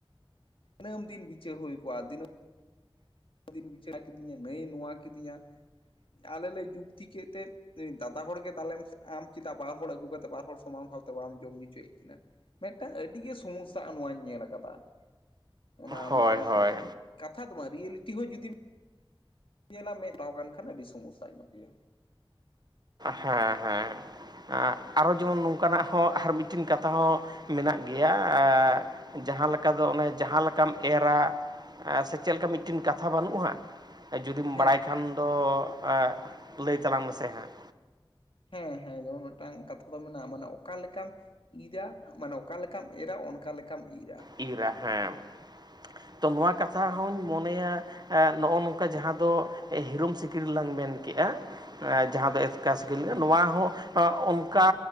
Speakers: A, on the left; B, on the right.
A: ᱫᱤᱟᱹᱢ ᱫᱤᱱ ᱵᱤᱪᱟᱹᱨ ᱦᱩᱭ ᱠᱚᱜᱼᱟ ᱫᱤᱱᱟᱹ ᱡ ᱫᱤᱱ ᱵᱤᱪᱟ ᱠᱤᱫᱤᱧᱟ ᱱᱷᱟᱹᱭ ᱱᱚᱣᱟ ᱠᱤᱫᱤᱧᱟ ᱟᱞᱮ ᱞᱮ ᱡᱩᱠᱛᱤ ᱠᱮᱫ ᱛᱮ ᱚᱱᱤ ᱫᱟᱫᱟ ᱦᱚᱲᱜᱮ ᱫᱟᱞᱮ ᱢᱮᱥᱮ ᱟᱢ‌ ᱪᱮᱫᱟᱜ ᱵᱟᱨ ᱦᱚᱲ ᱟᱹᱜᱩ ᱠᱟᱛᱮᱫ ᱵᱟᱨ ᱦᱚᱲ ᱥᱚᱢᱟᱱ ᱵᱷᱟᱶᱛᱮ ᱵᱟᱢ ᱡᱚᱢ ᱧᱩ ᱚᱪᱚᱭᱮᱫ ᱠᱤᱱᱟ᱾ ᱢᱤᱫᱴᱟᱝ ᱟᱹᱰᱤᱜᱮ ᱥᱚᱢᱚᱥᱟᱜ-ᱟ ᱱᱚᱣᱟᱧ ᱧᱮᱞ ᱟᱠᱟᱫᱟ᱾ ᱚᱱᱟ
B: ᱦᱳᱭ
A: ᱢᱤᱫᱴᱟᱝ
B: ᱦᱳᱭ
A: ᱠᱟᱛᱷᱟ ᱫᱚ ᱵᱟᱝ ᱨᱤᱭᱮᱞᱤᱴᱤ ᱦᱚᱸ ᱡᱩᱫᱤ ᱧᱮᱞᱟ ᱢᱮᱫ ᱴᱷᱟᱣ ᱠᱟᱱ ᱠᱷᱟᱱ ᱟᱹᱰᱤ ᱥᱚᱢᱚᱥᱟ ᱧᱚᱜ ᱜᱮᱭᱟ᱾
B: ᱦᱮᱸ ᱦᱮᱸ ᱟᱨᱚ ᱡᱮᱢᱚᱱ ᱱᱚᱝᱠᱟᱱᱟᱜ ᱦᱚᱸ ᱟᱨ ᱢᱤᱫᱴᱤᱱ ᱠᱟᱛᱷᱟ ᱦᱚᱸ ᱢᱮᱱᱟᱜ ᱜᱮᱭᱟ ᱟ ᱡᱟᱦᱟᱸ ᱞᱮᱠᱟ ᱫᱚ ᱚᱱᱮ ᱡᱟᱦᱟᱸ ᱞᱮᱠᱟᱢ ᱮᱨᱟ. ᱼᱼ ᱮ ᱥᱮ ᱪᱮᱫ ᱞᱮᱠᱟ ᱢᱤᱫᱴᱮᱱ ᱠᱟᱛᱷᱟ ᱵᱟᱱᱩᱜ-ᱟ ᱦᱟᱸᱜ᱾ ᱮ ᱡᱩᱫᱤᱢ
A: ᱦᱮᱸ
B: ᱵᱟᱲᱟᱭ ᱠᱷᱟᱱ ᱫᱚ ᱟᱸ ᱞᱟᱹᱭ ᱛᱟᱞᱟᱝ ᱢᱮᱥᱮ ᱦᱟᱸᱜ᱾
A: ᱦᱮᱸ ᱦᱮᱸ ᱡᱮᱢᱚᱱ ᱢᱤᱫᱴᱟᱝ ᱠᱟᱛᱷᱟ ᱫᱚ ᱢᱮᱱᱟᱜᱼᱟ ᱢᱟᱱᱮ ᱚᱠᱟ ᱞᱮᱠᱟᱱᱼᱼ ᱤᱨᱟ ᱢᱟᱱᱮ ᱚᱠᱟ ᱞᱮᱠᱟᱢ ᱮᱨᱟ ᱚᱱᱠᱟ ᱞᱮᱠᱟᱢ ᱤᱨᱟ. ᱾
B: ᱤᱨᱟ ᱦᱮᱸ ᱛᱚ ᱱᱚᱣᱟ ᱠᱟᱛᱷᱟ ᱦᱚᱧ ᱢᱚᱱᱮᱭᱟ ᱮ ᱱᱚᱜᱼᱚ ᱱᱚᱝᱠᱟ ᱡᱟᱦᱟᱸ ᱫᱚ ᱦᱤᱨᱳᱚᱢ ᱥᱤᱠᱲᱤᱡ ᱞᱟᱝ ᱢᱮᱱ ᱠᱮᱜᱼᱟ᱾ ᱮᱸ ᱡᱟᱦᱟᱸ ᱫᱚ ᱮᱥᱠᱟᱥ ᱥᱤᱠᱤᱞ ᱱᱚᱣᱟ ᱦᱚᱸ ᱚᱸ ᱚᱱᱠᱟ